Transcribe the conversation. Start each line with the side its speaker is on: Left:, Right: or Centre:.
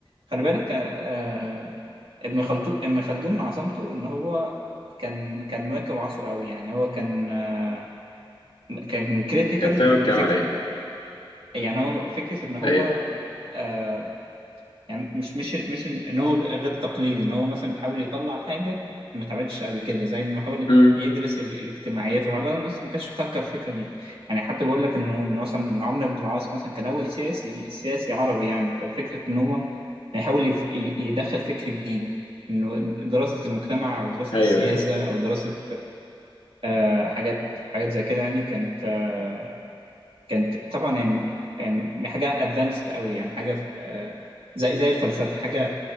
Right: خلي بالك آه، ابن خلدون ابن خلدون عظمته ان هو كان كان مواكب عصره قوي يعني هو كان آه، كان كريتيكال
Left: كان فاهم
Right: وفكر
Left: الكلام على إيه
Right: يعني هو فكرة ان هو
Left: أيوه
Right: آه، يعني مش مش مش ان هو غير تقليدي ان هو مثلا بيحاول يطلع حاجه ما اتعملتش قبل كده زي انه يحاول
Left: امم
Right: يدرس ال- الاجتماعيات والحاجات دي، بس ما كانش بيفكر الفكره دي يعني حتى بقول لك انه إنه مثلا إن عمرو بن العاص مثلا كان اول سياسي سياسي عربي يعني ففكره ان هو يحاول يف- ي- يدخل فكر جديد انه دراسه المجتمع او دراسه
Left: أيوه
Right: السياسه
Left: أيوه
Right: او دراسه آه، حاجات حاجات زي كده يعني كانت آه، كانت طبعا يعني يعني حاجه ادفانسد قوي يعني حاجه في- آه، زي زي الفلسفه حاجه